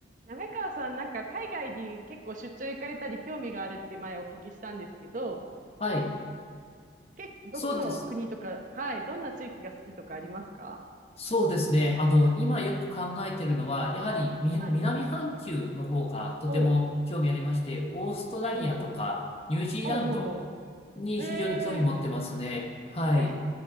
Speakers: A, on the right; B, on the left.
A: 滑川さん、なんか海外に結構出張行かれたり興味があるって前お聞きしたんですけど、
B: はい。
A: け、どこの国とか、
B: そうです。
A: はい、どんな地域が好きとかありますか
B: そうですね。あの、今よく考えてるのは、やはりみ南半球の方がとても興味ありまして、
A: はい。ほ
B: オーストラリアとかニュージーランドに非常に興味持ってますね。
A: う。うんうん。ほうほうほう。へえ、
B: はい。
A: え、